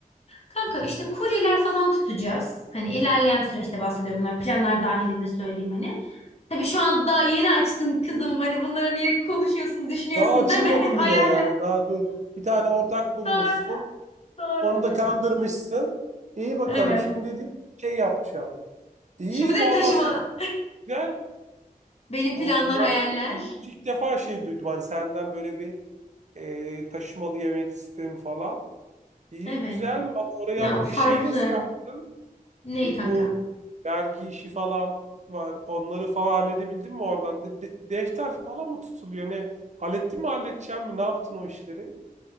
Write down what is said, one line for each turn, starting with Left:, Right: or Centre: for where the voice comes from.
Left: Kanka işte kuryeler falan tutacağız. Hani ilerleyen süreçte bahsediyorum bunlar planlar dahilinde söyleyeyim hani. Tabii şu anda daha yeni açtın kızım hani bunları niye konuşuyorsun düşünüyorsun
Right: Daha açılmadın
Left: deme hayaller.
Right: bile yani. Daha dur. Bir tane ortak bulmuşsun.
Left: Doğru doğru.
Right: Onu da kandırmışsın. İyi bakalım
Left: Evet.
Right: şimdi dedi şey yapacağım. İyi
Left: Şimdi de
Right: vallahi
Left: taşıma
Right: güzel.
Left: benim
Right: Bu-
Left: planlar
Right: Yani ne
Left: hayaller.
Right: ilginç ilk defa şey duydum hani senden böyle bir e, taşımalı yemek sistemi falan. İyi
Left: Evet.
Right: güzel vallahi oraya
Left: Ya
Right: hallet-
Left: farklı.
Right: şeyi nasıl yaptın?
Left: Ne
Right: E,
Left: kanka?
Right: bu vergi işi falan var. Onları falan halledebildin mi oradan? De- de- defter falan mı tutuluyor? Ne hallettin mi halledeceğim mi? Ne yaptın o işleri?